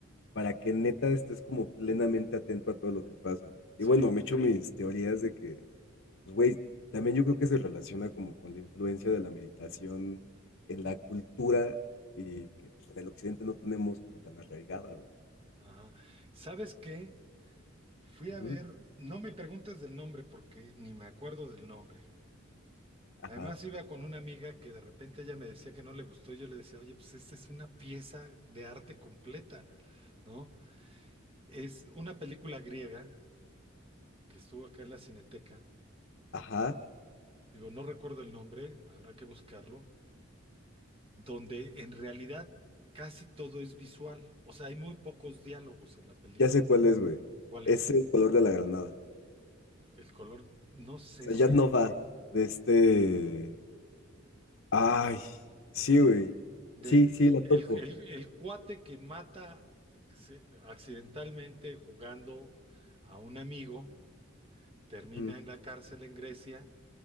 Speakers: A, on the left; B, on the right.
A: para que neta estés como plenamente atento a todo lo que pasa.
B: Sí.
A: Y bueno, me echo mis teorías de que, pues güey, también yo creo que se relaciona como con la influencia de la meditación en la cultura y que pues, en el occidente no tenemos como tan arraigada, güey.
B: Ajá. ¿Sabes qué? Fui
A: Ujú.
B: a ver, no me preguntes del nombre porque ni me acuerdo del nombre.
A: Ajá,
B: Además iba con una amiga que de repente ella me decía que no le gustó y yo le decía, oye, pues esta es una pieza de arte completa, ¿no? Es una película griega que estuvo acá en la Cineteca,
A: ajá,
B: digo, no recuerdo el nombre, habrá que buscarlo, donde en realidad casi todo es visual, o sea, hay muy pocos diálogos en la película.
A: ya sé cuál es, güey.
B: ¿Cuál
A: Es
B: es?
A: el color de la granada.
B: El color, no sé
A: O sea,
B: si
A: ya no va de este... Ay, sí, güey.
B: De,
A: Sí, sí, la topo.
B: el, el- el cuate que mata acci- accidentalmente jugando a un amigo, termina
A: Ujú.
B: en la cárcel en Grecia